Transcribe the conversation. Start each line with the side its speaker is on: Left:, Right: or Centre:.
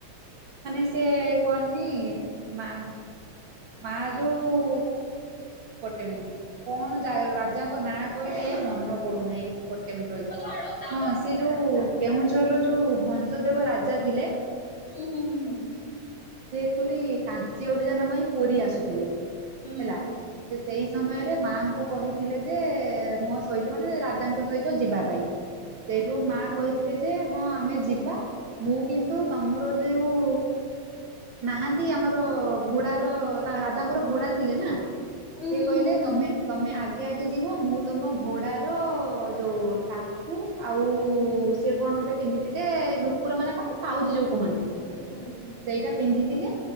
Right: ମାନେ ସେ କଣନି ମା ମା ଯୋଉ ଗୋଟେ ମିନଟ କଣ ରାଜାଙ୍କ ନାଁ କହିଲେ ମନ ପଡୁନାହିଁ। ମ ରହିଥିବ
Left: ହଉ ଛାଡ ତା
Right: ହଁ ସେ ଯୋଉ କେଉଁଝରର ଯୋଉ ଭଞ୍ଜ ଦେବ ରାଜା ଥିଲେ।
Left: ହୁଁ ହୁଁ ହୁଁ ହୁଁ
Right: ସଚୁଆଲି କାଞ୍ଚି ଅଭିଯାନ ପାଇଁ ପୁରୀ ଆସୁଥିଲେ
Left: ହୁଁ
Right: ହେଲା ସେ ସେଇ ସମୟରେ ମାଙ୍କୁ କହିଥିଲେ ଯେ ମୋ ସହିତ ମାନେ ରାଜାଙ୍କ ସହିତ ଯିବା ପାଇଁ। ସେଇଠୁ
Left: ହୁଁ
Right: ମା। କହିଥିଲେ ଯେ ହଁ ଆମେ ଯିବା ମୁଁ କିନ୍ତୁ ତମର ଯେଉ ନାହାନ୍ତି ଆମର ଘୋଡାର ତାଙ୍କ ରାଜାଙ୍କର ଘୋଡା ଥିଲେ ନା। ସିଏ
Left: ହୁଁ ହୁଁ
Right: କହିଲେ
Left: ହୁଁ
Right: ତମେ
Left: ହୁଁ
Right: ତମେ ଆ ଆଗେ ଆଗେ ଯିବ ମୁଁ ତମ ଘୋଡ଼ାର ଯୋଉ ଟା ପୁ ଆଉ ସେ କଣ ଗୋଟେ ପିନ୍ଧିଥିଲେ ନୂପୁର ମାନେ କଣ ପାଉଯି ଯୋଉ କୁହନ୍ତି।
Left: ହୁଁଁ।
Right: ସେଇଟା ପିନ୍ଧିଥିଲେ।